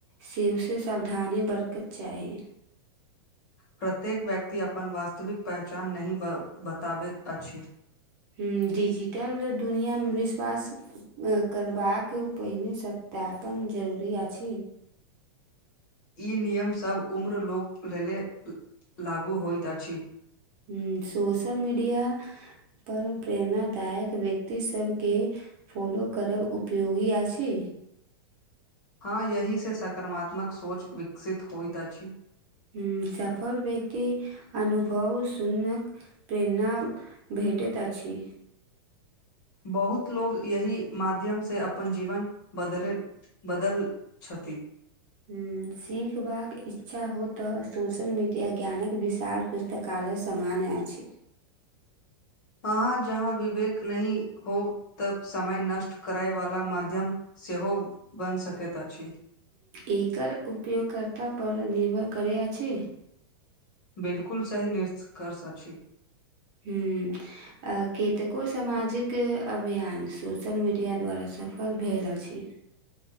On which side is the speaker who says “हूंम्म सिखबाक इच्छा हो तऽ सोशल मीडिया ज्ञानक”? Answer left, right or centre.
Right